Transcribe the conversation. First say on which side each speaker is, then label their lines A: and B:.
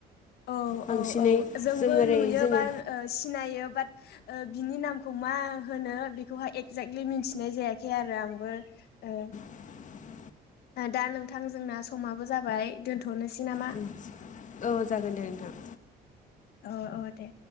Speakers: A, on the left; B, on the left.
A: औ
B: बांसिनै
A: औ औ जोंबो
B: जों ओरै
A: नुयोबा
B: जोङो
A: सिनायो बा ओ बिनि नामखौ मा होनो बेखौहाय एक्जाक्टलि मिथिनाय जायाखै आरो आंबो। ओ
B: <inaudible>
A: दा नोंथां जोंना समाबो जाबाय दोनथनोसै नामा?
B: उम। औ जागोन दे नोंथां।
A: अ अ दे